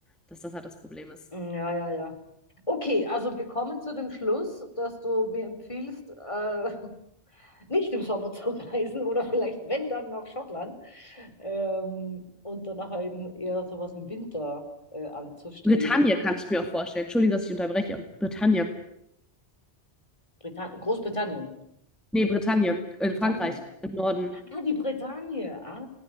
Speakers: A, in the centre; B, on the left.
A: dass das halt das Problem ist.
B: Mhm. Ja, ja, ja. Okay, also wir kommen zu dem Schluss, dass du mir empfiehlst, äh, <laughs> nicht im Sommer <laughs> zu reisen oder vielleicht, wenn dann, nach Schottland ähm, und danach eben eher sowas im Winter äh, anzustreben.
A: Bretagne kann ich mir auch vorstellen. Entschuldigung, dass ich unterbreche. Bretagne.
B: Britann Großbritannien.
A: Nee, Bretagne, in
B: Britannia.
A: Frankreich, im Norden.
B: Ah, die Bretagne. Ah,